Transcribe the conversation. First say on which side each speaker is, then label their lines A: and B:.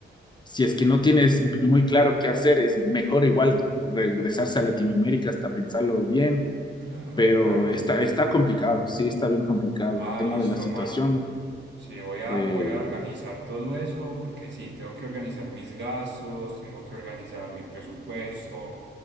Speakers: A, on the left; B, on the right.
A: si es que no tienes muy claro qué hacer, es mejor igual regresarse a Latinoamérica hasta pensarlo bien,
B: claro,
A: pero
B: claro,
A: está,
B: tiene
A: está
B: sentido.
A: complicado, sí, está bien complicado.
B: Ah,
A: El tema
B: listo,
A: de la situación,
B: Martín. Sí, voy a,
A: eh,
B: voy a organizar todo eso porque sí, tengo que organizar mis gastos, tengo que organizar mi presupuesto.